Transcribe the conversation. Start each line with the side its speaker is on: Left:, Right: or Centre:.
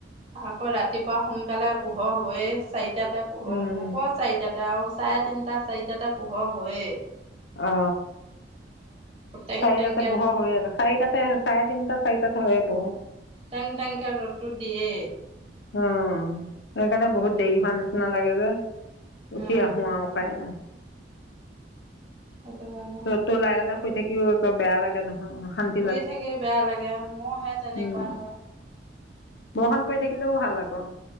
Right: আকৌ ৰাতিপুৱা সোনকালে পোহৰ হৈয়ে চাৰিটাতে প
Left: উম,
Right: আক চাৰিটাতে আৰু চাৰে তিনটা চাৰিটাতে পোহৰ হয়ে
Left: অ
Right: টেং
Left: চাৰিটাতে
Right: টেংকে
Left: পোহৰ‌ হৈয়ে চাৰি তাতে চাৰে তিনিটা চাৰিতাত হয় পোহৰ
Right: টেং টেংকৈ ৰ'দটো দিয়ে
Left: অ সেইকাৰণে বহুত দেৰি হোৱা নিচিনা লাগে যে উঠি
Right: উম
Left: আহো আৰু উপায় নাই
Right: সেইটো কাৰণে
Left: টো লাই শুই থাকি একো বেয়া লাগে ন অ সেই
Right: শুই থাকি বেয়া লাগে মোৰো হে তেনেকুৱা
Left: উম,
Right: হয়
Left: বৰষুণ পৰি থাকিলেও ভাল আকৌ।